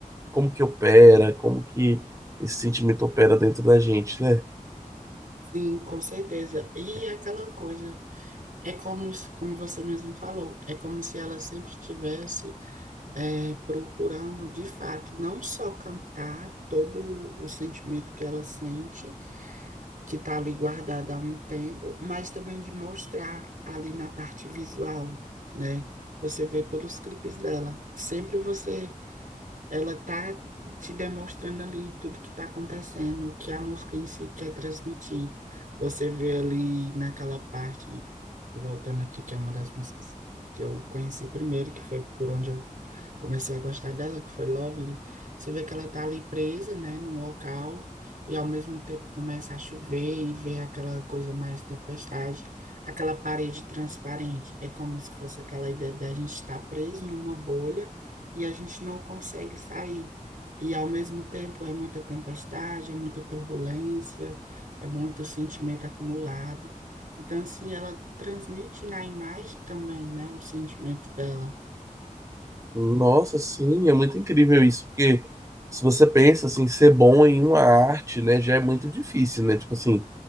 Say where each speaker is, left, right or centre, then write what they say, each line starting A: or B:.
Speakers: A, on the right; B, on the right.
A: como que opera, como que esse sentimento opera dentro da gente, né?
B: Sim, com certeza. E é aquela coisa, é como, se- como você mesmo falou, é como se ela sempre estivesse é, procurando, de fato, não só cantar todo o sentimento que ela sente, que está ali guardada há um tempo, mas também de mostrar ali na parte visual, né? Você vê pelos clipes dela. Sempre você ela tá te demonstrando ali tudo que está acontecendo, o que a música em si quer transmitir. Você vê ali naquela parte, voltando aqui, que é uma das músicas que eu conheci primeiro, que foi por onde eu comecei a gostar dela, que foi Lovely. Você vê que ela tá ali presa, né, num local, e ao mesmo tempo começa a chover e vê aquela coisa mais tempestade, aquela parede transparente. É como se fosse aquela ideia da gente estar preso numa bolha e a gente não consegue sair. E ao mesmo tempo é muita tempestade, é muita turbulência, é muito sentimento acumulado. Então, assim, ela transmite na imagem também, né, o sentimento dela.
A: Nossa, sim, é muito incrível isso, porque se você pensa assim, ser bom em uma arte, né, já é muito difícil, né? Tipo assim,